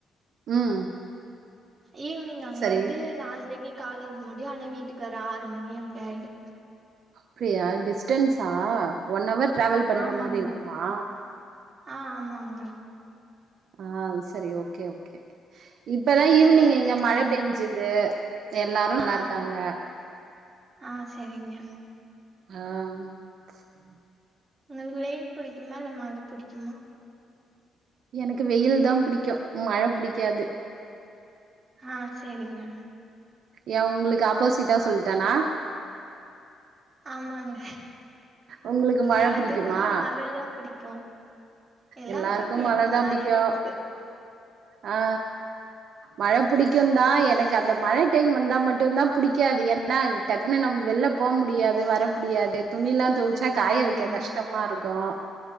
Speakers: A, on the right; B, on the right.
A: ம்
B: ஈவினிங் அங்க
A: சரி
B: வந்து நால்ரைக்கு காலேஜ் முடியு ஆனா வீட்டுக்கு வர ஆறு மணி அப்டி ஆய்டு
A: அப்டியா டிஸ்டன்ஸா ஒன் அவர் டிராவல் பண்ற
B: ஆமாங்க
A: மாரி இருக்குமா
B: ஆ ஆமா அங்க
A: ஆ சரி ஓகே ஓகே இப்பதா
B: வீட்ல
A: ஈவினிங்
B: எல்லா எப்டி
A: இங்க
B: இருக்காங்க
A: மழை பேஞ்சுது எல்லாரு நல்லா
B: ஆ
A: இருக்காங்க
B: ஆ செரிங்க
A: ஆ செய்வான்
B: உங்களுக்கு வெயில் புடிக்குமா இல்ல மழை புடிக்குமா
A: எனக்கு வெயில்தா புடிக்கு மழை புடிக்காது
B: ஆ சேரிங்க
A: ஏன் உங்களுக்கு ஆப்போசிட்டா சொல்லிட்டனா
B: ஆமாங்க
A: உங்களுக்கு மழ
B: எல்லாத்துக்குமே
A: புடிக்குமா
B: மழைதா புடிக்கு எல்லாருக்குமே
A: எல்லாருக்கு
B: பிடிக்கு
A: மழைதா
B: நெறைய
A: புடிக்கு
B: பேத்துக்கு
A: ஆ மழை புடிக்குந்தா எனக்கு அந்த மழை டைம் வந்தா மட்டுந்தா புடிக்காது ஏனா டக்குனு நம்ம வெள்ல போ முடியாது வர முடியாது துணி எல்லா தொவச்சா
B: ஆமா
A: காய
B: ஆமா
A: வைக்க கஷ்டமா இருக்கு